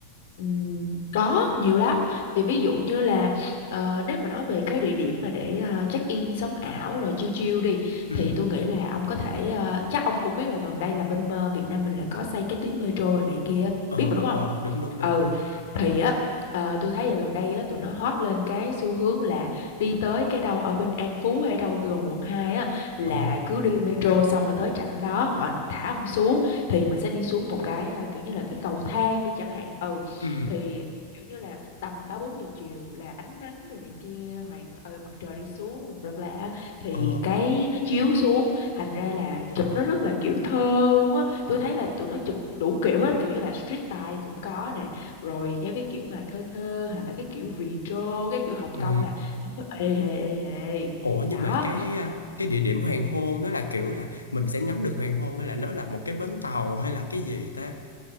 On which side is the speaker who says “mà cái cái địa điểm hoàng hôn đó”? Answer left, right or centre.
Left